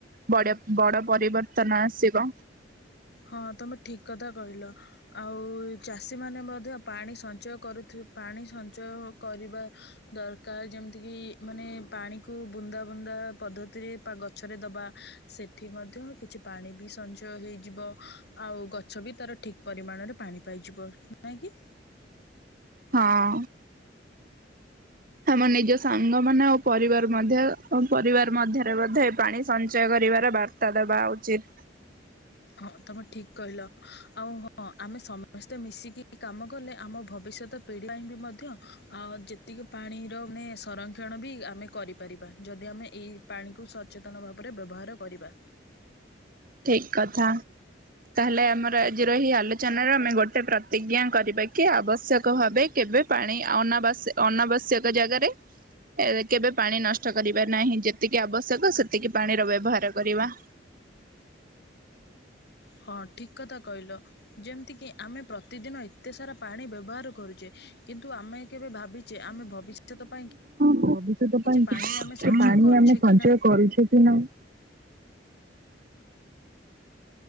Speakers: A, on the right; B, on the left.
A: ବ ବଡ ପରିବର୍ତ୍ତନ ଆସିବ
B: ହଁ ତମେ ଠିକ କଥା କହିଲ ଆଉ ଚାଷୀମାନୋନ ମଧ୍ୟ ପାଣି ସଞ୍ଚୟ କରୁ ପାଣି ସଞ୍ଚୟ କରିବା ଦରକାର ଯେମିତି କିି ମାନେ ପାଣିକୁ ବୁନ୍ଦା ବୁନ୍ଦା ପଦ୍ଧତିରେ ବା ଗଛରେ ଦବା ସେଠି ମଧ୍ୟ କିଛି ପାଣି ବି ସଞ୍ଚୟ ହେଇଯିବ। ଆଉ ଗଛ ବି ତାର ଠିକ ପରିମାଣରେ ପାଣି ପାଇଯିବ ନାଇଁକି।
A: ହଁ। ଆମ ନିଜ ସାଙ୍ଗ ମାନେ ଆଉ ପରିବାର ମଧ୍ୟ ପରିବାର। ମଧ୍ୟରେ ମଧ୍ୟ ପାଣି ସଞ୍ଚୟ କରିବାର ବାର୍ତ୍ତା ଦେବା ଉଚିତ୍।
B: ହଁ ତୁମେ ଠିକ କହିଲ ଆଉ ହଁ ଆମେ ସମସ୍ତେ ମିଶିକି କାମ କଲେ ଆମ ଭବିଷ୍ୟତ। ପିଢ଼ ପାଇଁ ବି ମଧ୍ୟ ଆଉ ଯେତିକି ପାଣିର ମାନେ ସଂରକ୍ଷଣ ବି ଆମେ କରିବା। ାର ଯଦି ଆମେ ଏଇ ପାଣି କୁ ସଚେତନ ଭାବରେ ବ୍ୟବହାର କରିବା।
A: ଠିକ କଥା। ତାହେଲେ ଆମର ଆଜିର ଏହି ଆଲୋଚନ ର ଆମେ ଗୋଟେ ପ୍ରତିଜ୍ଞା କ। ରିବା କି ଆବଶ୍ୟକ ଭାବେ କେବେ ପାଣି ଅନାବଶ୍ୟକ ଜାଗାରେ। ଏ କେବେ ପାଣି ନଷ୍ଟ କରିବା ନାହିଁ ଯେତିକି ଆବଶ୍ୟକ ସେତିକି ପାଣିର ବ୍ୟବହାର କରିବା।
B: ହଁ ଠିକ କଥା କହିଲ। ଯେମିତିକି ଆମେ ପ୍ରତିଦିନ ଏତେ ସାରା ପାଣି ବ୍ୟବହାର କରୁଛେ କିନ୍ତୁ ଆମେ। କେବେ ଭାବିଛେ ଆମେ ଭବିଷ୍ୟତ ପାଇଁ।
A: ଭବିଷ୍ୟତ
B: କିଛି
A: ପାଇଁ
B: ପାଣି ଆମେ
A: କି
B: ସଞ୍ଚୟ
A: ପାଣି
B: କରୁଛେ
A: ଆମେ ସଞ୍ଚୟ
B: କି ନାହିଁ
A: କରୁଛେ କି ନାହିଁ।